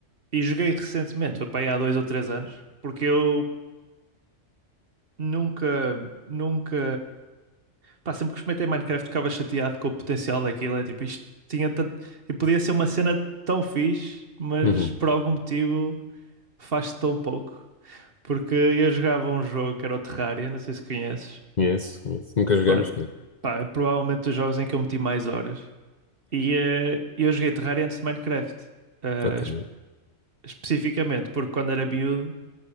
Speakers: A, on the right (about 50°); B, on the left (about 45°).
A: E joguei recentemente, foi para aí há dois ou três anos, porque eu Nunca, nunca. Pá, sempre que experimentei Minecraft ficava chateado com o potencial daquilo. É tipo, isto tinha tanto. tipo, podia ser uma cena tão fixe, mas
B: Uhum.
A: por algum motivo faz-se tão pouco. Porque eu jogava um jogo que era o Terraria, não sei se conheces.
B: Conheço, conheço. Nunca joguei,
A: Pronto,
B: mas conheço.
A: pá, é provavelmente dos jogos em que eu meti mais horas. E eh, eu joguei Terraria antes de Minecraft. eh,
B: Ok.
A: es- especificamente, porque quando era miúdo,